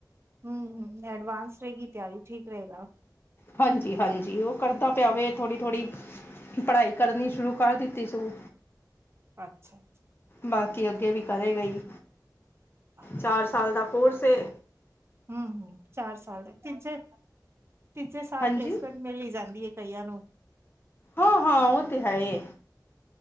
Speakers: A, on the right (about 35°); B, on the left (about 30°).
A: ਹੂੰ ਹੂੰ ਐਡਵਾਂਸ ਰਹੇਗੀ ਤਿਆਰੀ, ਠੀਕ ਰਹੇਗਾ
B: ਹਾਂਜੀ ਹਾਂਜੀ ਉਹ ਕਰਦਾ ਪਿਆ ਵੇ, ਥੋੜ੍ਹੀ ਥੋੜ੍ਹੀ ਪੜ੍ਹਾਈ ਕਰਨ ਸ਼ੁਰੂ ਕਰ ਦਿੱਤੀ ਸੂ।
A: ਅੱਛਾ ਅੱਛਾ
B: ਬਾਕੀ ਅੱਗੇ ਵੀ, ਕਰੇ ਗਾ ਈ
A: ਅੱਛਾ
B: ਚਾਰ ਸਾਲ ਦਾ ਕੋਰਸ ਏ
A: ਆ, ਹੋ ਚਾਰ ਸਾਲ ਦਾ, ਤੀਜੇ ਤੀਜੇ ਸਾਲ
B: ਹਾਂਜੀ
A: ਪਲੇਸਮੈਂਟ ਮਿਲੀ ਜਾਂਦੀ ਹੈ ਕਈਆਂ ਨੂੰ
B: ਹਾਂ ਹਾਂ ਉਹ ਤੇ ਏ